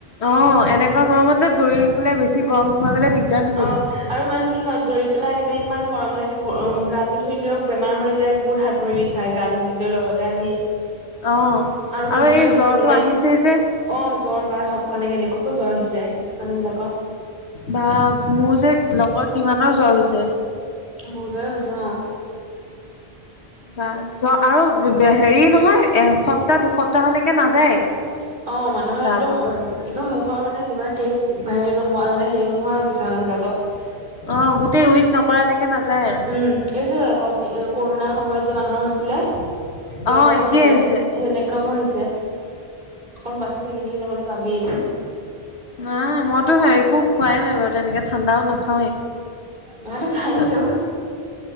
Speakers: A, on the left; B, on the right.
A: অ এনেকুৱা গৰমত যে দৌৰি পেলাই বেছি গৰম সোমাই গ'লে দিগদাৰ হৈ যাব।
B: অ' আৰু মানে কি হয় দৌৰি পেলাই আহি পেলাই ইমান গৰম লাগে গ গাটো ধুই দিলেও বেমাৰ হৈ যায় বহুত হাত ভৰি বিষ খাই গা ধুই দিলেও লগতে আহি।
A: অ আৰু
B: নুধুলেও
A: এই
B: থাকিব
A: জ্বৰটো
B: নাই
A: আহিছেই যে।
B: অ জ্বৰ বা চবফালে কেনেকুৱাকৈ জ্বৰ হৈছে মানুহ বিলাকৰ।
A: বা মোৰ যে লগৰ কিমানৰ জ্বৰ হৈছে।
B: বহুতৰে হৈছে অ।
A: বা যোৱা আৰু হেৰি নহয় এসপ্তাহ দুসপ্তাহলেকে নাযায়।
B: <inaudible> অ মানুহৰ
A: গা
B: একদম
A: পা
B: একদম মুখৰ মানে যিমান টেষ্ট হেৰি নোহোৱা মানে হেৰি নোহোৱা হৈ গৈছে মানুহ বিলাক কৰ
A: অ গোটেই উইক নকৰালেকে নাযায় আৰু
B: উম এই যে কভি কৰোণাৰ সময়ত যে মানুহৰ হৈছিলে তেনেকুৱাকৈ
A: অ' একেই
B: হৈছে
A: আহিছে।
B: এনেকুৱাকৈ
A: উম,
B: হৈছে। অকণ বাচি থাকিবি নহ'লে পাবি।
A: নাই মইতো একো খোৱাই নাই বাৰু তেনেকে ঠাণ্ডাও নাখাওৱেই।
B: মইতো খাইছোঁ।
A: তথাপি